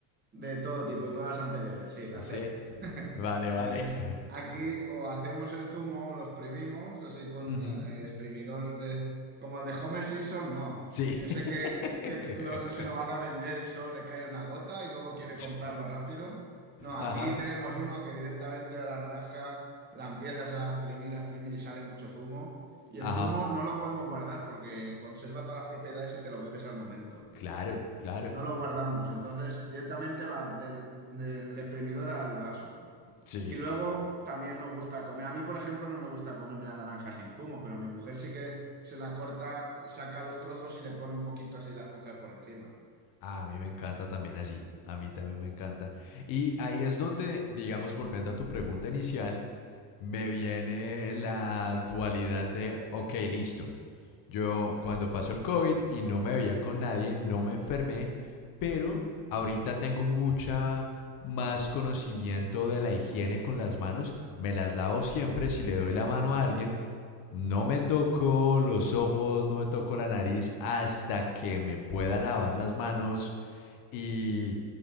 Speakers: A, on the right; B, on the left.
A: De todo tipo, todas anteriores, sí, la
B: Sí,
A: C. <laughs>
B: vale,
A: Eh,
B: vale. <laughs>
A: aquí o hacemos el zumo o lo exprimimos, así con
B: Ujú.
A: eh, el exprimidor de, como el de Homer Simpson, no.
B: Sí.
A: Ese
B: <laughs>
A: que, que lo- se lo van a vender y solo le cae una gota y luego quiere
B: Sí.
A: comprarlo rápido. No, aquí
B: Ajá,
A: tenemos uno que directamente a la naranja la empiezas a exprimir, a exprimir y sale mucho zumo. Y
B: ajá.
A: el zumo no lo podemos guardar porque conserva todas las propiedades y te lo bebes al momento
B: Claro, claro.
A: no lo guardamos. Entonces, directamente va del, del exprimidor al vaso.
B: Sí.
A: Y luego también nos gusta comer. A mí, por ejemplo, no me gusta comerme la naranja sin zumo, pero mi mujer sí que se la corta, saca los trozos y le pone un poquito así de azúcar por encima.
B: A mí me encanta también así. A mí también me encanta. Y ahí es donde, digamos, volviendo a tu pregunta inicial, me viene la dualidad de, ok, listo. Yo cuando pasó el COVID y no me veía con nadie, no me enfermé, pero ahorita tengo mucha más conocimiento de la higiene con las manos. Me las lavo siempre si le doy la mano a alguien. No me toco los ojos, no me toco la nariz hasta que me pueda lavar las manos y